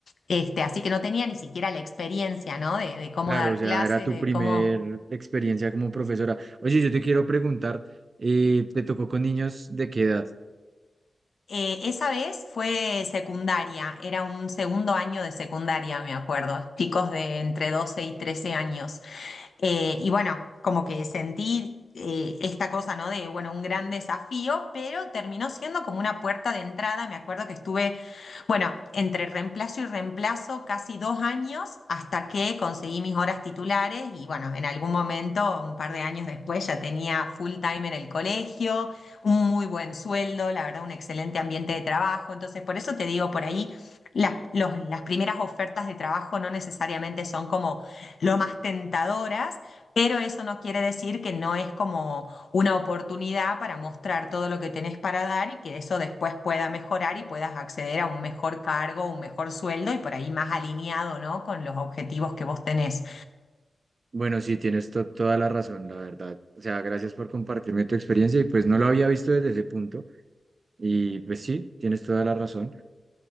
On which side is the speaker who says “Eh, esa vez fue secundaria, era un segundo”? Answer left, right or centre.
Left